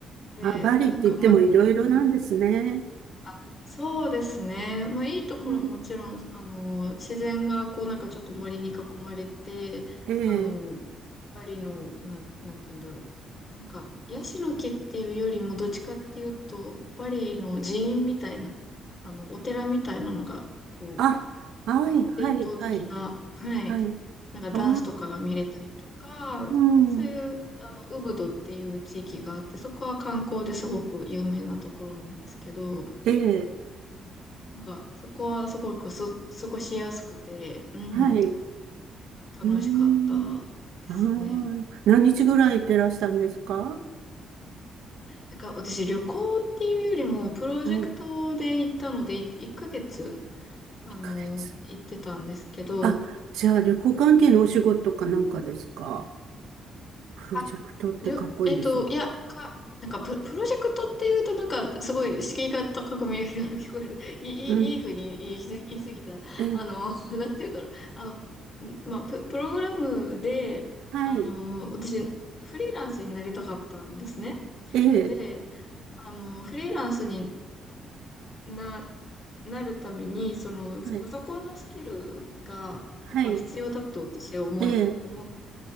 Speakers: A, on the left; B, on the right.
A: で、
B: あ、バリって言ってもいろいろなんですね。
A: なんか、ま、うんあ、そうですね。まあ、いいところももちろん、
B: うん
A: あの、自然が、こう、なんかちょっと森に囲まれて、
B: ええ。
A: あの、バリの、なん、なんて言うんだろう。なんか、ヤシの木っていうよりも、どっちかっていうと、バリの寺院みたいな、あの、お寺みたいなのが、こう、
B: あ、はい、はい、
A: 伝統的な、
B: はい。
A: はい、
B: はい。
A: なんかダンスとかが見れたりとか、
B: ああ、うん。
A: そういう、あの、ウブドっていう地域があって、そこは観光ですごく有名なところなんですけど、
B: ええ。
A: なんか、そこはすごくす、過ごしやすくて、うん、
B: はい。う
A: 楽しかったですね。
B: ーん。ああ、何日ぐらい行ってらしたんですかは
A: なんか、私、旅行っていうよりも、プロジェクトで行ったので、
B: い、1
A: 1ヶ月、あの、
B: ヶ月。
A: 行ってたんですけど、
B: あ、じゃあ旅行関係のお仕事かなんかですかプロジェクトってかっこいいですね。
A: あ、りょ、えっと、いや、か、なんかプ、プロジェクトっていうと、なんか、すごい敷居が高く見えるように聞こえる。いい、
B: うん。
A: いい、いい風に言いすぎ、言い過ぎた。
B: え、
A: あの、<laughs> なんて言うんだろう。あの、んまあ、プ、プログラムで、
B: はい、
A: あの、私、フリーランスになりたかったんですね。
B: ええ、
A: で、あの、フリーランスにな、なるために、その、
B: はい、
A: パソコンのスキルが、
B: はい、
A: やっぱ必要だって私は思い、
B: ええ、
A: 思っ